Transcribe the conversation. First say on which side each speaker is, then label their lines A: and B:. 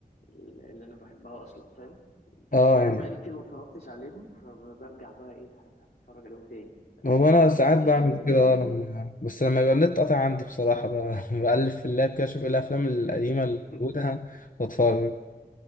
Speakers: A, on the left; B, on the left.
A: اللي انا بحبها اصلا فاهم
B: اه
A: بس بيبقى
B: يعني
A: بقالي كتير ما اتفرجتش عليهم فبرجع بقى ايه اتفرج عليهم تاني
B: هو انا ساعات
A: مفيش
B: بعمل
A: حاجه جديده
B: كده
A: شداني
B: آه، لما بس لما يبقى النت قاطع عندي بصراحة بقى <laughs> بقلب في اللاب كده اشوف ايه الافلام القديمة
A: <laughs>
B: اللي موجودة <laughs> واتفرج